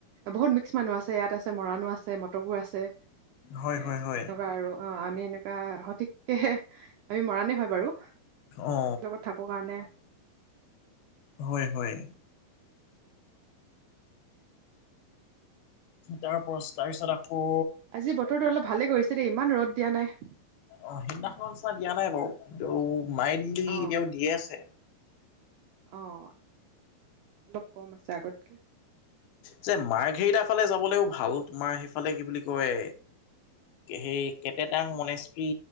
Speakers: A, on the right; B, on the left.
A: বহুত মি ক্স মানুহ আছে, ইয়াত আছে মৰাণো আছে মটকো আছে তে
B: হয় হয় হয়
A: তেনেকুৱা আৰু। অঁ আমি এনেকুৱা সঠিককৈ আমি মৰাণেই হয় বাৰু।
B: অ
A: মিক্স লগত থাকো কাৰণে,
B: হয় হয়।
A: <inaudible>
B: তাৰপছ তাৰ পিছত আকৌ
A: আজি বতৰটো অলপ ভালে কৰিছে দেই ইমান ৰদ দিয়া নাই।
B: অঁ সিদিনাখন নিচিনা দিয়া নাই বাৰু, কিন্তু মাইলডলি
A: অ
B: এতিয়াও দিয়ে আছে।
A: অঁ অলপ কম আছে আগতকৈ।
B: যে মাৰ মাৰ্ঘেৰিটা ফালে যাবলৈও ভাল তোমাৰ সেইফালে কি বুলি কয় সেই কেটেটং মনেষ্ট্ৰি